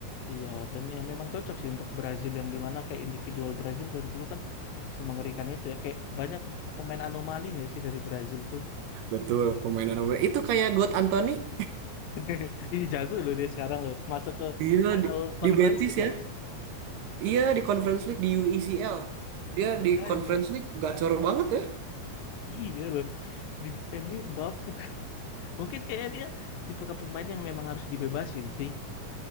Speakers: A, on the left; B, on the right.
A: iya dan ya memang cocok sih untuk Brazil yang dimana kayak individual Brazil dari dulu kan semengerikan itu ya kayak banyak pemain anomali nggak sih dari Brazil tuh.
B: Betul, pemain nomor itu kayak God Anthony.
A: <laughs> Ih jago loh dia sekarang loh masuk ke
B: Gila
A: final
B: di,
A: Conference
B: di Betis
A: League
B: ya.
A: ya.
B: Iya di Conference League di U E C L. Dia
A: Nah,
B: di
A: kayaknya
B: Conference League gacor banget ya.
A: iya loh. di MU bapuk. <laughs> Mungkin kayaknya dia tipe ke pemain yang memang harus dibebasin sih.